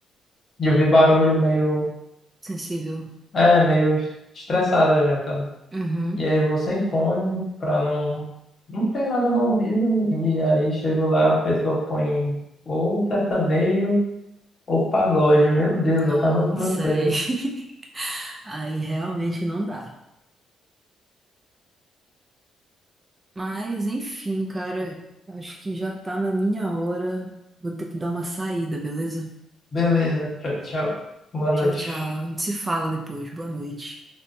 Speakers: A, on the left; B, on the right.
A: de ouvir barulho meio,
B: Sensível.
A: é, meio estressada já, sabe?
B: Uhum.
A: E aí eu vou sem fone pra não. Não ter nada no ouvido. E aí chego lá, a pessoa põe ou sertanejo ou pagode. Meu Deus,
B: Nossa,
A: acaba com o meu treino.
B: aí, <laughs> aí realmente não dá. Mas, enfim, cara, acho que já tá na minha hora. Vou ter que dar uma saída, beleza?
A: Beleza, tchau, tchau. Boa noite.
B: Tchau, tchau. A gente se fala depois. Boa noite.